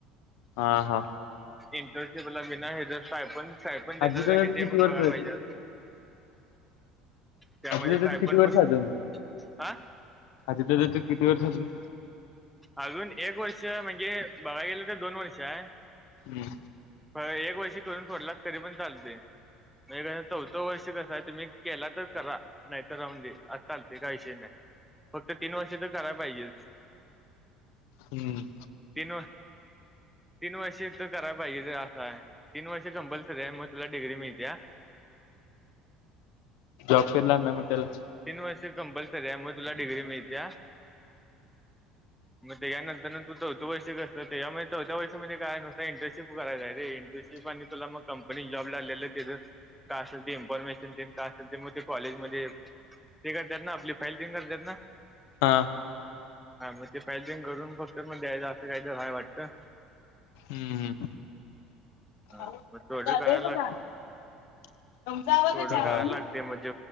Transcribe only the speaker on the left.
हा हा
आजी
दादाच
किती
वर्ष
आति ददा
<unintelligible> त किती
वर्ष अजून
आजीदादा <unintelligible> तू किती वर्षा जुन
हम्म
हम्म
जॉब कधी लागणार मग त्याला
हां
ह्
चालू
हाय बघा तुमचा आवाज
आहे चहा
पाणी?